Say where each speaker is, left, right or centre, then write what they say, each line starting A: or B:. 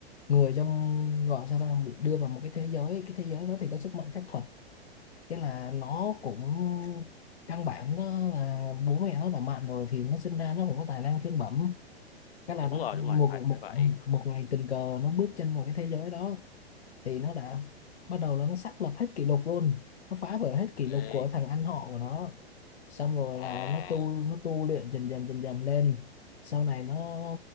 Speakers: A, on the left (about 80°); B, on the left (about 60°).
A: người trong gọi sao ra bị đưa vào một cái thế giới cái thế giới đó thì có sức mạnh phép thuật thế là nó cũng căn bản nó là bố mẹ nó đã mạnh rồi thì nó sinh ra nó cũng có tài năng thiên bẩm cái là
B: đúng
A: nó
B: rồi,
A: một
B: đúng rồi, phải
A: một
B: phải vậy.
A: một ngày tình cờ nó bước chân vào cái thế giới đó thì nó đã bắt đầu là nó xác lập hết kỷ lục luôn nó phá vỡ hết kỷ
B: Ghê,
A: lục của thằng anh họ của nó xong rồi
B: à,
A: là nó tu nó tu luyện dần dần dần dần lên sau này nó